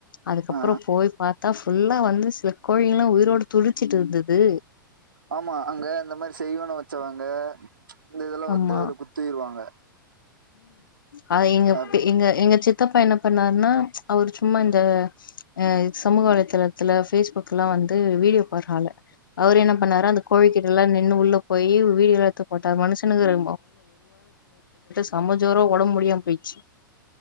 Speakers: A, on the left; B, on the right.
A: அதுக்கப்றோ
B: ஆ
A: போய் பார்த்தா ஃபுல்லா வந்து சில கோழி எல்லா உயிரோடு துடிச்சுட்டு இருந்துது
B: ஆமா அங்க இந்த மாரி செய்வன வச்சவங்க இந்த இதெல்லா
A: ஆமா
B: வந்து அதுல குத்திருவாங்க
A: அ எங்க
B: அப்போ
A: எங்க எங்க சித்தப்பா என்ன பண்ணாருன்னா அவரு சும்மா இந்த அ சமூக வலைதளத்துல ஃபேஸ்புக்லா வந்து வீடியோ போடுறாலு அவரு என்ன பண்ணாரு அந்த கோழி கிட்டெல்லா நின்னு உள்ள போய் வீடியோ எடுத்து போட்டார் மனுஷனுக்கு <unintelligible> செமம ஜொரொ ஒடம்பு முடியாம போயிட்ச்சு